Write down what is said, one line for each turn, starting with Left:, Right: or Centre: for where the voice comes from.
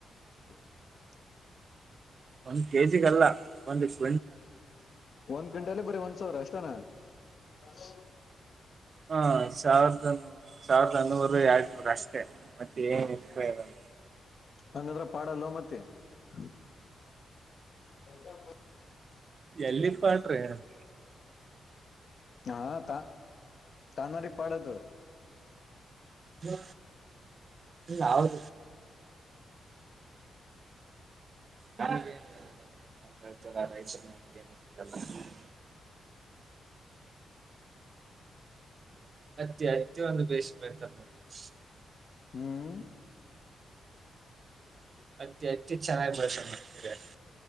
Left: <unintelligible>
Right: ಒಂದ್ ಕೆಜಿಗಲ್ಲ ಒಂದ್ಷ್ಟ <unintelligible>
Left: ಒಂದು ಕಂಟಲ್ಲಿ ಬರ ಒಂದು ಸಾವರ ಅಷ್ಟತಾನ <unintelligible>
Right: ಹಾ ಸಾವಿರದ ಸಾವಿರದನ್ನೂರು ಎರ <unintelligible> ಷ್ಟೆ ಮತ್ತೆ ಏನ್ ಇತನ್ನು <unintelligible>
Left: ಹಂಗಂದ್ರ ಪಾಡಲ್ಲ ಮತ್ತೆ <unintelligible>
Right: ಎಲ್ಲಿಪ್ಪಾಟ್ರಿ <unintelligible>
Left: ಹಾ ತಾ ತಾಾನರಿ ಪಡದು <unintelligible>
Right: ಹ್ಮ ಹ ಅವ್ರ ನ ನ್ ನಾನ್ ಹತಲ್ಲ ರೈತರು ನಮಗೆ ಏನ್ ಸಿಗಲ್ಲ <unintelligible> ಅತ್ತ ಅತ್ಯ ಅಂದು ಬಸಿ ತನ್ನ <unintelligible>
Left: ಹ್ಮ್ <unintelligible> ಹ್ಮ <unintelligible>
Right: ಅತಿ ಅತಿ ಚನ್ನ ಬಷ <unintelligible>